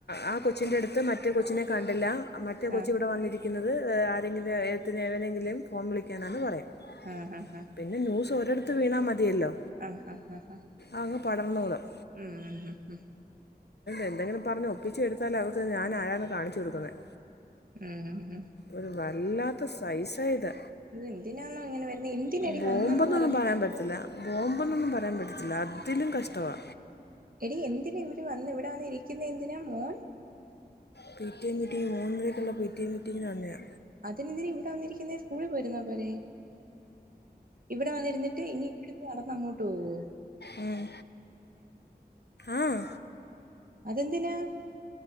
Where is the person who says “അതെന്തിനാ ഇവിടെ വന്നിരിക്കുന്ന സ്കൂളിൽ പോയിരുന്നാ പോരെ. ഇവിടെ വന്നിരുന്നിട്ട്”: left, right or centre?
Right